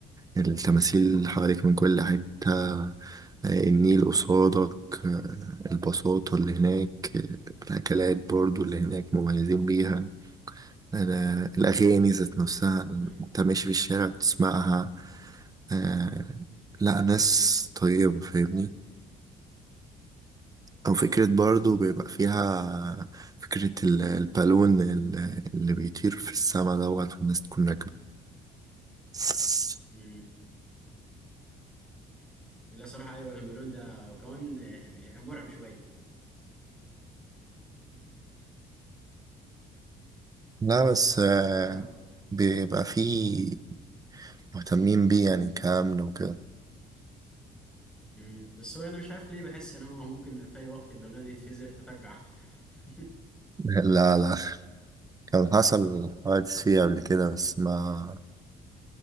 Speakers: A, on the right; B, in the centre.
A: التماثيل حواليك من كل حتة آه، النيل قصادك
B: مم.
A: آه، البساطة اللي هناك آه، الأكلات برضو اللي هناك مميزين بيها أنا الأغاني ذات نفسها
B: ايوه
A: أنت ماشي في الشارع بتسمعها آه، لا ناس طيبة فاهمني
B: ايوه
A: أو فكرة
B: فاهم
A: برضو بيبقى فيها فكرة ال- البالون ال- اللي بيطير في السما دوت والناس تكون راكباه
B: مم. لا صراحة ايوه البالون ده وكمان آه، <laughs> مرعب شوية
A: لا بس آه،
B: يعني مر...
A: بيبقى فيه مهتمين بيه يعني كأمن وكده
B: مم. بس هو انا مش عارف ليه بحس ان هو ممكن في اي وقت البالون يتفزر فتقع <laughs>
A: <laughs> لا لا كان حصل حوادث فيه قبل كده بس ما